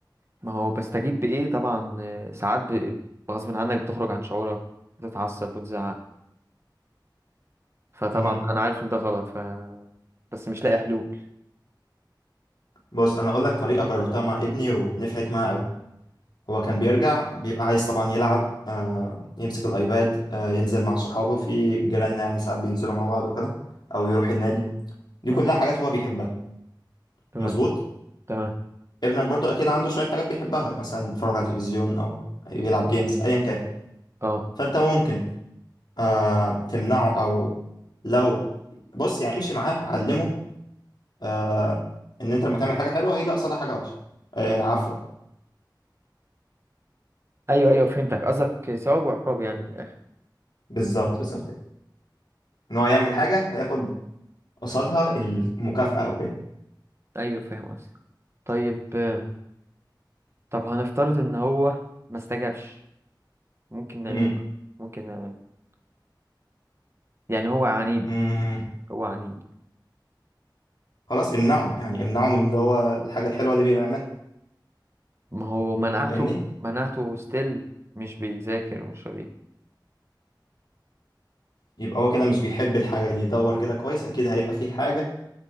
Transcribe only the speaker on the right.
ما هو بستجيب بايه طبعا آه، ساعات ب- غصب عنك بتخرج عن شعورك بتتعصب وتزعق فطبعا
انا عارف ان ده غلط ف بس مش لاقي حلول
امم
تمام
تمام
اه
ايوه ايوه فهمتك قصدك ثواب وعقاب يعني من الاخر
ايوه فاهم قصدك طيب آم، طب هنفترض ان هو ما استجابش ممكن نعمل
ايه ممكن نعمل إيه؟ يعني هو عنيد
هو عنيد
ما هو منعته
منعته ستيل مش بيذاكر مش راضي